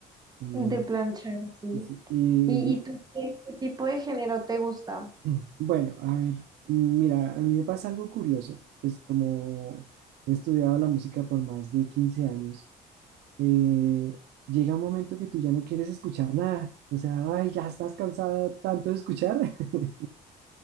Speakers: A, on the right; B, on the right.
A: y,
B: de planchar, sí.
A: y sí, y,
B: ¿Y, y tú qué, qué tipo de género te gusta?
A: <clears throat> bueno, a ver, mira, a mí me pasa algo curioso, pues como he estudiado la música por más de 15 años, eh, llega un momento que tú ya no quieres escuchar nada, o sea, ay, ya estás cansado tanto de escuchar. <laughs>